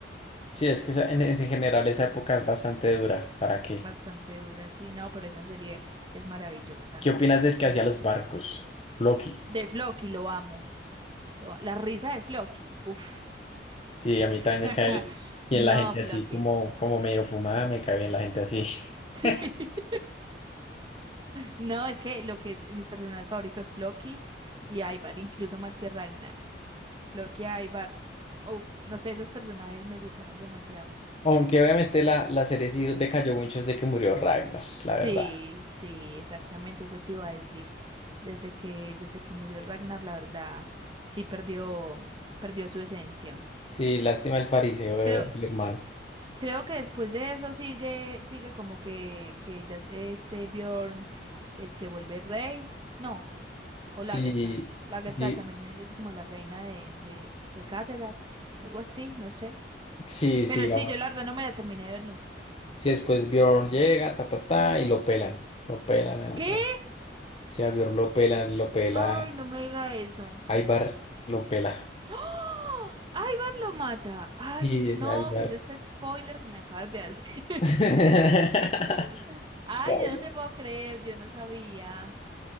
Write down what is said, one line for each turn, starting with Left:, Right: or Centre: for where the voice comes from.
Left: Sí, es que esa- en, en general esa época es bastante dura. ¿Para qué?
Right: Bastante dura sí, no, pero esa serie es maravillosa.
Left: ¿Qué opinas del que
Right: No.
Left: hacía los barcos? Loki.
Right: De Floki, lo amo. Lo- la risa de Floki, uff.
Left: Sí, a
Right: <laughs>
Left: mí también me cae bien la gente
Right: No, Floki.
Left: así, como, como medio fumada, me cae bien la gente así. <laughs>
Right: Sí. <laughs> No, es que lo que es mis personajes favoritos, Floki y Ivar, incluso más que Ragnar. Floki y Ivar, uff, no sé, esos personajes me gustaron demasiado.
Left: Aunque obviamente la, la serie sí decayó mucho desde que murió Ragnar, la verdad.
Right: Sí, sí, exactamente eso te iba a decir. Desde que, desde que murió Ragnar, la verdad, sí perdió, perdió su esencia.
Left: Sí, lástima el fariseo eh,
Right: Creo,
Left: del hermano.
Right: creo que después de eso sigue, sigue como que, que ya este Bjorn eh, se vuelve rey. No, o
Left: Sí,
Right: Lagertha. Lagertha
Left: sí.
Right: también es como la reina de, de, de Kattegat, algo así, no sé.
Left: Sí,
Right: Pero
Left: sigamos.
Right: sí, yo la verdad no me la terminé de ver nunca.
Left: Si después Bjorn llega, ta, ta, ta, y lo pelan. Lo pelan. Al,
Right: ¿Qué?
Left: al- si a Bjorn lo pelan, lo pela.
Right: Ay, no me diga eso.
Left: Ivar lo pela.
Right: ¡Ah! ¡Ivar lo mata! ¡Ay,
Left: Y
Right: no!
Left: ese Ivar.
Right: ¿Qué es este spoiler que me acabas de hacer?
Left: <laughs>
Right: <laughs> ¡Ay,
Left: Spoiler.
Right: yo no te puedo creer! Yo no sabía.